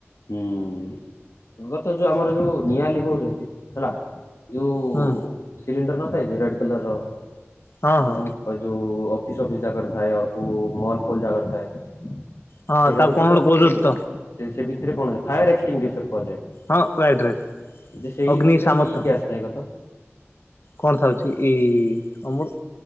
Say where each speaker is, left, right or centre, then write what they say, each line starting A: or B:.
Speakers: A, on the left (about 80°); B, on the left (about 55°).
A: ହୁଁଗତ ଯୋଉ ଆମର ଯୋଉ ନିଆ ଲିଭହୁଛନ୍ତି ହେଲା ଯୋଉ
B: ହୁଁ
A: ସିଲିଣ୍ଡର ନଥାଏ ଯୋଉ ରେଡ କଲର
B: ହଁ ହଁ
A: ର ଯୋଉ ଅଫିସ ଅଫିସ ଜାଗାରେ ଥାଏ କଉ ମଲ ଫଲ ଜାଗାରେ ଥାଏ।
B: ହଁ
A: ସେ
B: ତାକୁ
A: ରେଡ
B: କଣ
A: କଲର
B: ଗୋଟେ କହୁଛନ୍ତି
A: ଯୋ
B: ତ।
A: ସେ ସେ ଭିତରେ କଣଏ ଫାୟାର ଏକ୍ସଟିସର କୁହାଯାଏ।
B: ହଁ ପ୍ରାଇଡରେଡ଼
A: ଯେ ସେଇ
B: ଅଗ୍ନି
A: ଭିତରେ
B: ସାମତ
A: କି ଗ୍ୟାସ ଥାଏ କତ
B: କଣ ଥାଉଛି ଏଇ ଅମୁଳ